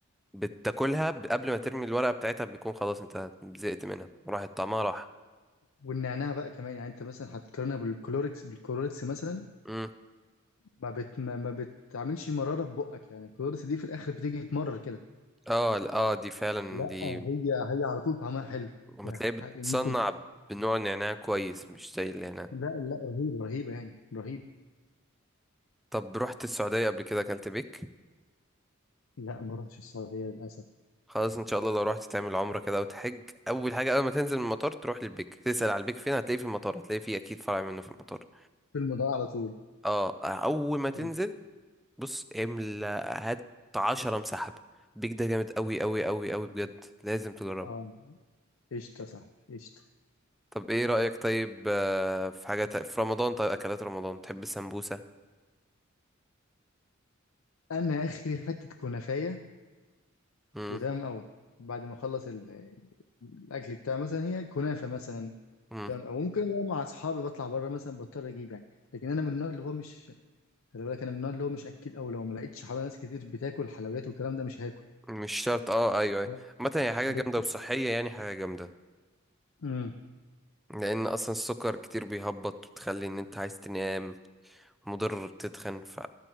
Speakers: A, in the centre; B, on the left.
A: بتاكلها ب- قبل ما ترمي الورقة بتاعتها بيكون خلاص انت زهقت منها راح طعمها راح
B: والنعناع بقى كمان يعني انت مثلا هتقارنها بالكلوركس بالكلوركس مثلا
A: امم
B: ما بت ما, ما بتعملش مراره في بقك يعني الكلوركس دي في الاخر بتيجي تمرر كده
A: اه ال- اه دي فعلا
B: لا
A: دي
B: هي هي على طول طعمها حلو
A: لما
B: يعني
A: تلاقيه
B: ح-
A: بتصنع
B: ح- ممكن
A: بنوع نعناع كويس مش زي النعناع
B: لا لا رهيبه رهيبه يعني رهيب
A: طب رحت السعودية قبل كده اكلت بيك
B: لا ما رحتش السعوديه للاسف
A: خلاص ان شاء الله لو رحت تعمل عمرة كده وتحج اول حاجة اول ما تنزل من المطار تروح للبيك تسأل على البيك فين هتلاقيه في المطار هتلاقيه فيه اكيد فرع منه في المطار
B: الفيلم ده على طول
A: اه اول ما تنزل
B: كويس.
A: بص املا هات عشرة مسحب بيك ده جامد قوي قوي قوي قوي بجد لازم تجربه
B: اه قشطه صح قشطه
A: طب ايه رأيك طيب آه، في حاجة تا- في رمضان طيب اكلات رمضان تحب السمبوسة
B: انا اخري حته كنافيه
A: امم
B: وتمام قوي بعد ما اخلص ال- الاكل بتاعي مثلا هي كنافه مثلا
A: امم
B: تمام او ممكن هو مع اصحابي بطلع بره مثلا بضطر اجيب يعني لكن انا من النوع اللي هو مش خلي بالك انا من النوع اللي هو مش اكل او لو ما لقيتش حوالي ناس كتير بتاكل حلويات والكلام ده مش هاكل
A: مش شرط اه ايوه ايوه
B: لا،
A: عامة هي حاجة
B: ب...
A: جامدة
B: ب-
A: وصحية يعني حاجة جامدة
B: امم
A: لان اصلا السكر كتير بيهبط بتخلي ان انت عايز تنام مضر بتتخن ف